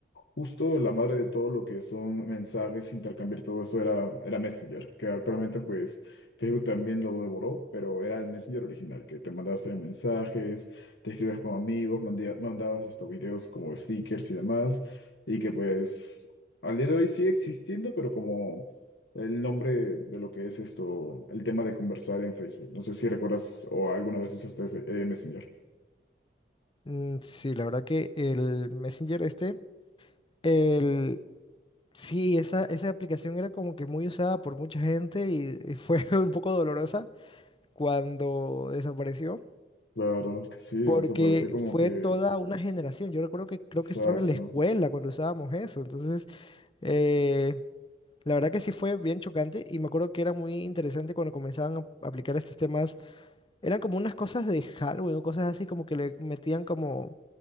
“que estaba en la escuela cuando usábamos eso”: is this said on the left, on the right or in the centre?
Left